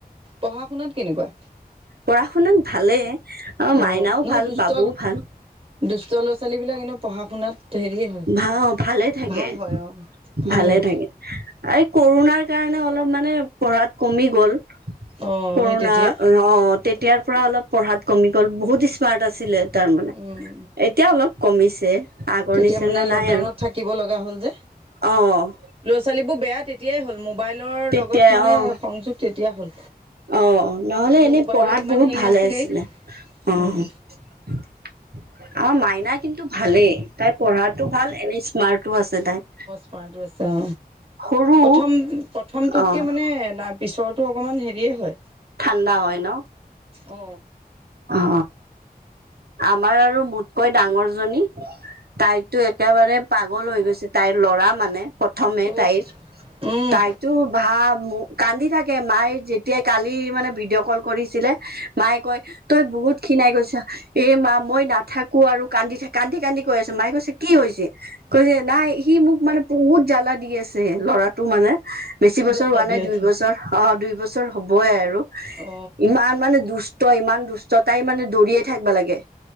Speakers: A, on the right; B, on the right.
A: পঢ়া শুনাত কেনেকুৱা?
B: পঢ়া শুনাত ভালেই আৰু মাইনাও
A: অ', নহয়
B: ভাল
A: দুষ্ট
B: বাবুও ভাল।
A: দুষ্ট ল'ৰা ছোৱালী বিলাক এনেও পঢ়া শুনাত হেৰিয়ে হয়
B: অঁ ভালে থাকে
A: ভাল হয় অ', ভাল
B: ভালে
A: হয়।
B: থাকে। এই কৰোণাৰ কাৰণে অলপ মানে পঢ়াত কমি গ'ল।
A: অ',
B: কৰোনা
A: সেই তেতিয়া
B: অ তেতিয়াৰ পৰা অলপ পঢ়াত কমি গ'ল বহুত স্মাৰ্ট আছিলে তাৰমানানে।
A: উম,
B: এতিয়া অলপ কমিছে। আগৰ
A: তেতিয়া
B: নিচিনা
A: মানে
B: নাই
A: লকডাউনত
B: আৰু
A: থাকিব লগা হ'ল যে,
B: অ'
A: ল'ৰা-ছোৱালীবোৰ বেয়া তেতিয়াই হ'ল, মোবাইলৰ
B: তেতিয়াই
A: লগত
B: অ'
A: মানে সংযোগ তেতিয়া হ'ল।
B: অ নহলে এনেই
A: মোবাইলত
B: পঢ়াত
A: ইমান
B: বহুত
A: হেৰি
B: ভালে
A: নাছিলেই
B: আছিলে অ।
A: উম
B: আমাৰ মাইনা কিন্তু, ভালে। তাই পঢ়াতটো ভাল এনেই স্মাৰ্টো আছে তাই।
A: পৰা আছে অ।
B: সৰু
A: প্ৰথম প্ৰথমটোতকে
B: অ'
A: মানে, পিছৰটো অকণমান হেৰিয়ে হয়।
B: ঠাণ্ডা হয় ন।
A: অ,
B: অ আমাৰ আৰু, কৈ ডাঙৰ জনী তাইতো একেবাৰে পাগল হৈ গৈছে। তাইৰ ল'ৰা মানে প্ৰথমে
A: উহ
B: তাইৰ,
A: উম
B: তাইতো ভাল কান্দি থাকে, মায়ে যেতিয়াই কালি মানে ভিডিঅ' কল কৰিছিলে। মায়ে কয়। তই বহুত খিনাই গৈছা। এ মা মই নাথাকো আৰু কান্দি থাক কান্দি কান্দি কৈ আছো মায়ে কৈছে। কি হৈছে কৈছে। নাই সি মোক মানে বহুত জ্বালা দি আছে ল'ৰাটো মানে। বেছি বছৰ
A: জ্বালা
B: হোৱা নাই,
A: দি
B: দুই
A: আছে
B: বছৰ অ দুই বছৰ হবই আৰু
A: অ
B: ইমান মানে দুষ্ট তই ইমান দুষ্ট তাই মানে দৌৰিয়ে থাকিব লাগে।